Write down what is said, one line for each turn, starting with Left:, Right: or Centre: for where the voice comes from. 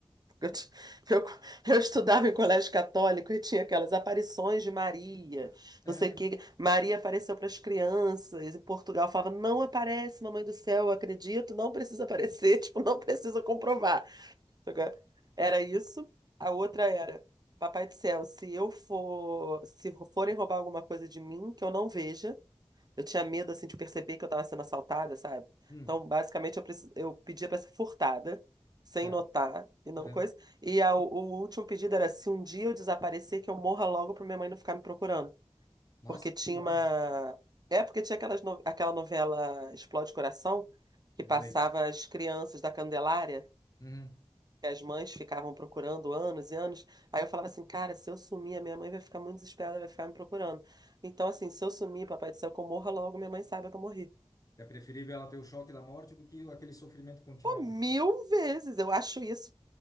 Right: Eu, ti- eu, eu estudava em colégio católico e tinha aquelas aparições de Maria,
Left: É,
Right: não sei
Left: né?
Right: o que. Maria apareceu para as crianças, em Portugal falava, não aparece, mamãe do céu, eu acredito, não precisa aparecer, <laughs> tipo, não precisa comprovar. Sacou? Era isso. A outra era, papai do céu, se eu for, se forem roubar alguma coisa de mim, que eu não veja. Eu tinha medo, assim, de perceber que eu tava sendo assaltada, sabe?
Left: hum,
Right: Então, basicamente, eu, preci- eu pedia pra ser furtada, sem
Left: certo.
Right: notar, e não
Left: É.
Right: coisa. E a- o último pedido era, se um dia eu desaparecer, que eu morra logo pra minha mãe não ficar me procurando.
Left: Nossa,
Right: Porque tinha
Left: que bizarro.
Right: uma... É, porque tinha aquelas no- aquela novela Explode Coração,
Left: Eu
Right: que passava
Left: lembro.
Right: as crianças da Candelária,
Left: Uhum.
Right: que as mães ficavam procurando anos e anos. Aí eu falava assim, cara, se eu sumir, a minha mãe vai ficar muito desesperada, vai ficar me procurando. Então, assim, se eu sumir, papai do céu, que eu morra logo, minha mãe saiba que eu morri.
Left: É preferível ela ter o choque da morte do que aquele sofrimento continuado,
Right: Pô, mil
Left: né?
Right: vezes. Eu acho isso